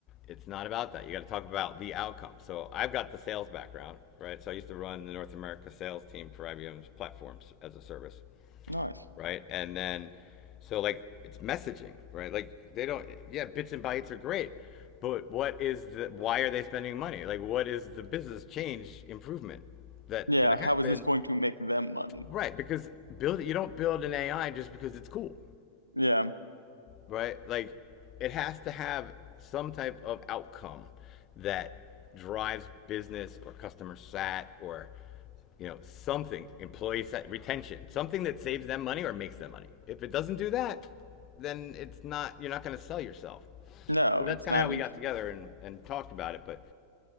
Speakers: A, on the left; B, on the right.
A: it's not about that. You got to talk about the outcome. So I've got the sales background, right? So I used to run the North America sales team for IBM's platforms as a service,
B: Nice.
A: right? And then, so like, it's messaging, right? Like, they don't, yeah, bits and bytes are great. But what is the, why are they spending money? Like, what is the business change improvement that's
B: Yeah,
A: going to happen?
B: how is this going to make them money?
A: Right. Because build, you don't build an AI just because it's cool.
B: Yeah,
A: right? Like it has to have some type of outcome that drives business or customer sat or you know something employee sat, retention something that saves them money or makes them money if it doesn't do that then it's not you're not going to sell yourself
B: no,
A: so that's
B: it's
A: kind
B: not
A: of how we
B: useful.
A: got together and and talked about it but